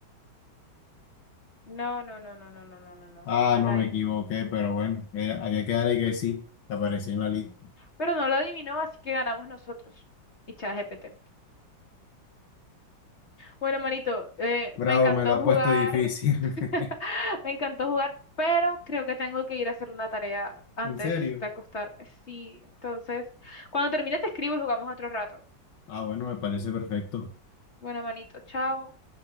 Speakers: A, on the left (about 35°); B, on the left (about 75°).
A: No, no, no, no, no, no, no, no, no.
B: Ah,
A: Malay.
B: no me equivoqué, pero bueno, era- había que darle que sí, que apareció en la lista.
A: Pero no lo adivinó, así que ganamos nosotros. Y ChatGPT. Bueno, manito, eh,
B: Bravo,
A: me encantó
B: me la ha
A: jugar,
B: puesto difícil. <laughs>
A: <gasps> <laughs> me encantó jugar, pero creo que tengo que ir a hacer una tarea antes
B: ¿En serio?
A: de acostarme. Sí, entonces, cuando termine te escribo y jugamos otro rato.
B: Ah, bueno, me parece perfecto.
A: Bueno, manito, chao.